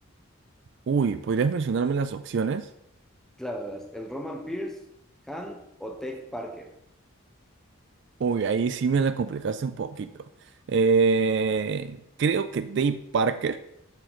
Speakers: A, on the right (about 55°); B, in the centre.
A: Uy, ¿podrías mencionarme las opciones?
B: Claro, verás, el Roman Pierce, Han o Tech Parker.
A: Uy, ahí sí me la complicaste un poquito. Eh, creo que Dave Parker.